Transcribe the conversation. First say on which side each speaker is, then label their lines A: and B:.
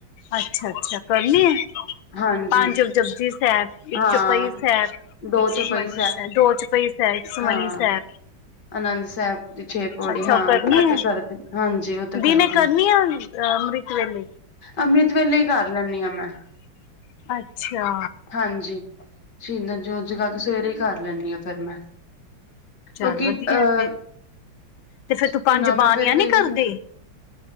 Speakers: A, on the left; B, on the left.
A: ਅੱਛਾ ਅੱਛਾ ਕਰਨੀ ਆ
B: ਹਾਂਜੀ
A: ਜਬਜੀ ਸਾਹਿਬ ਇੱਕ
B: ਹਾਂ
A: ਚਪਈ ਸਾਹਿਬ
B: ਦੋ
A: ਇੱਕ ਸੁਖਮਨੀ
B: ਚੌਪਈ
A: ਸਾਹਿਬ ਦੋ ਚਪਈ ਸਾਹਿਬ ਇੱਕ ਸੁਮਨੀ
B: ਹਾਂ
A: ਸਾਹਿਬ
B: ਆਨੰਦ ਸਾਹਿਬ ਦੀ ਛੇ ਪੌੜੀ
A: ਅੱਛਾ
B: ਹਾਂ
A: ਉਹ ਕਰਨੀ
B: ਅਤੇ
A: ਹੈ
B: ਕਰਦੀ ਹਾਂਜੀ ਉਹ ਤੇ
A: ਦਿਨੇ
B: ਕਰਦੀ
A: ਕਰਨੀ
B: ਆ
A: ਹੈ ਅੰਮ੍ਰਿਤ ਹਾਂ ਨਹੀਂ
B: ਅੰਮ੍ਰਿਤ ਵੇਲੇ ਹੀ ਕਰ ਲੈਂਦੀ ਹੈ ਮੈਂ
A: ਅੱਛਾ
B: ਹਾਂਜੀ ਸ਼ਦ ਜੋ ਜਗਾ ਕੇ ਸਵੇਰੇ ਹੀ ਕਰ ਲੈਦੀ ਆਾਂ ਫਿਰ ਮੈਂ
A: ਚੱਲ
B: ਕਿਉਂਕਿ
A: ਵਧੀਆ
B: ਅਹ
A: ਤੇ ਤੇ ਫੇਰ ਤੂੰ ਪੰਜ
B: ਕਿਨਾ ਮੈਂ
A: ਬਾਣੀਆਂ
B: ਫਿਰ ਕਈ
A: ਨੀ
B: ਵਾਰੀ
A: ਕਰਦੀ